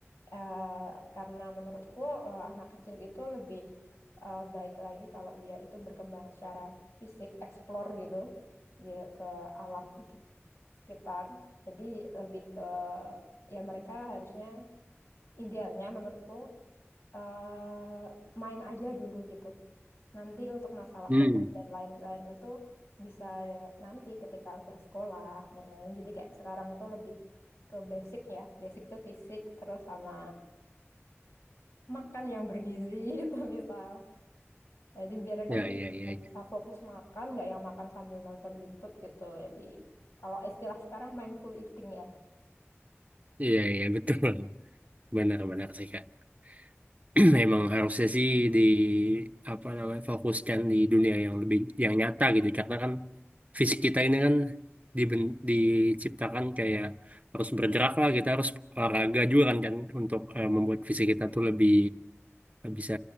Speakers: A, on the left; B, on the right.
A: eh, karena menurutku eh, anak kecil itu lebih eh, baik lagi kalau dia itu berkembang secara fisik, explore gitu, dia ke alam sekitar. Jadi lebih ke ya mereka harusnya idealnya menurutku eh, main aja dulu gitu. Nanti untuk masalah
B: Hmm.
A: fokus dan lain-lain itu bisa nanti ketika udah sekolah dan lain-lain. Jadi kayak sekarang itu lebih ke basic ya. Basic tuh fisik terus sama makan yang bergizi <laughs> gitu misal. Jadi biar kan
B: Ya,
A: bisa,
B: ya ya
A: biar
B: ya
A: bisa fokus makan, nggak yang makan sambil nonton YouTube gitu. Jadi kalau istilah sekarang mindful eating ya.
B: ya betul. Benar-benar sih Kak. <clears throat> Memang harusnya sih di apa namanya fokuskan di dunia yang lebih yang nyata gitu karena kan fisik kita ini kan diben- diciptakan kayak harus bergerak lah kita harus olahraga juga kan kan untuk eh, membuat fisik kita tuh lebih bisa